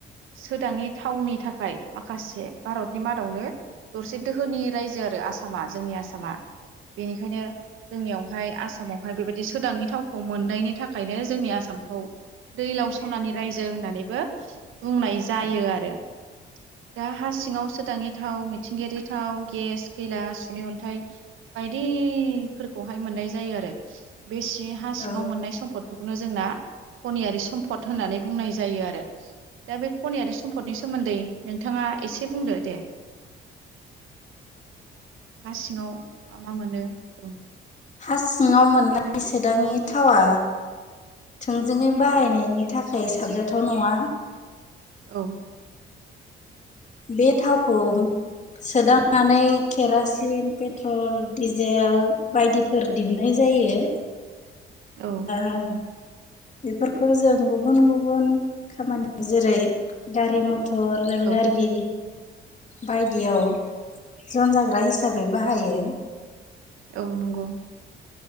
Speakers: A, on the right; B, on the left.
A: सोदाङि थावनि थाखाय माखासे भारतनि मादावनो। दरसे दोहोनि रायजो आरो आसामा जोंनि आसामा बेनिखायनो। जोंनियावहाय आसामावहाय बेबायदि सोदाङि थावखौ मोननायनि थाखायनो जोंनि आसामखौ। दैलाव सनानि रायजो होननानै बो बुंनाय जायो आरो दा हा सिङाव सोदाङै थाव मिथिंगायारि थाव गेस। खैला सुनि अन्थाइ बायदिफोरखौहाय मोननाय जायो आरो बे सिं हा
B: औ
A: सिङाव मोननाय सम्पदफोरखौनो जोंना खनियारि सम्पद होननानै बुंनाय जायो आरो। दा बे खनियारि सम्फदनि सोमोन्दै नोंथाङा एसे बुंदो दे? हा सिङाव मा मा मोनो औ।
B: हा सिङाव मोननाय सोदांङि थावा थोंजोङै बाहायनाय नि थाखाय साबजाथाव नङा।
A: औ
B: बे थावखौ। सोदांनानै केरासिन पेट्रल दिडिजेल बायदिफोर दिहुननाय जाय जायो
A: औ नंगौ
B: ओ बेफोरखौ जों गुबुन गुबुन खामानियाव जेरै गारि मथ थर रेल
A: औ
B: गारि बायदियाव
A: औ
B: जन जाग्रा हिसाबै
A: औ
B: बाहायो।
A: औ नंगौ